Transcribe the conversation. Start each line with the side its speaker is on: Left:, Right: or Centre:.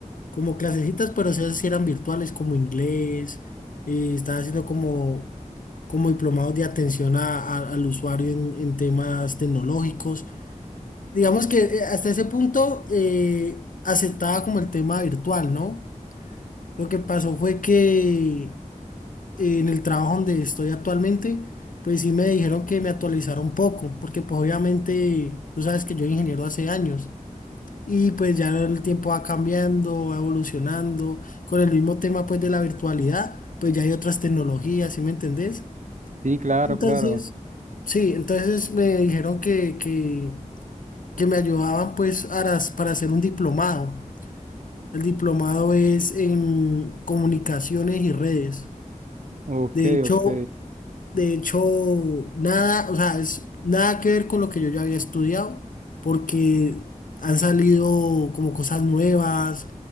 Left: como clasecitas, pero esas sí eran virtuales, como inglés, eh, estaba haciendo como, como diplomados de atención a- a- al usuario en, en temas tecnológicos. Digamos que eh, hasta ese punto eh, aceptaba como el tema virtual, ¿no? Lo que pasó fue que eh, en el trabajo donde estoy actualmente, pues sí me dijeron que me actualizara un poco, porque pues obviamente tú sabes que yo soy ingeniero hace años. Y pues ya el tiempo va cambiando, va evolucionando. Con el mismo tema pues de la virtualidad, pues ya hay otras tecnologías, ¿sí me entendés?
Right: Sí, claro,
Left: Entonces,
Right: claro.
Left: sí, entonces me dijeron que, que, que me ayudaban pues para, para hacer un diplomado. El diplomado es en comunicaciones y redes.
Right: Ok,
Left: De hecho,
Right: ok.
Left: de hecho, nada, o sea, es nada que ver con lo que yo ya había estudiado, porque han salido como cosas nuevas,